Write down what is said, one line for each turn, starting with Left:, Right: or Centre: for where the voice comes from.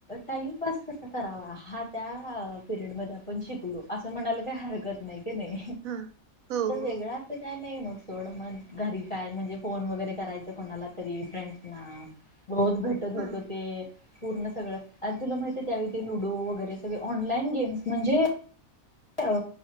Left: टाइमपास कसा करावा हा त्या पेरेड मध्ये आपण शीखलो, असं म्हणाला काही हरकत नाही, क नाही
Right: हा हो
Left: वेगळा
Right: हो,
Left: असं काय नाही मग सोडं मग घरी काय म्हणजे, फोन वगैरे करायचं कोणाला तरी फ्रेंड ना? रोज भेटत होत
Right: हा
Left: ते, पूर्ण सगळं आ तुला माहित आहे, त्यावेळी लुडो वगैरे सगळे ऑनलाईन गेम्स म्हणजे! अ